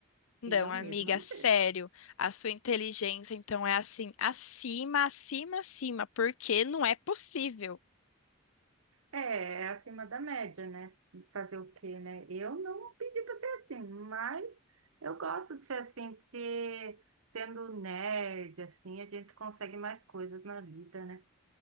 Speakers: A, on the left (about 70°); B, on the right (about 75°).
A: Não,
B: Eu
A: amiga,
B: mesma não
A: sério,
B: vejo.
A: a sua inteligência então é assim, acima, acima, acima, porque não é possível.
B: É, é acima da média, né? Fazer o quê, né? Eu não pedi para ser assim, mas eu gosto de ser assim, porque sendo nerd, assim, a gente consegue mais coisas na vida, né?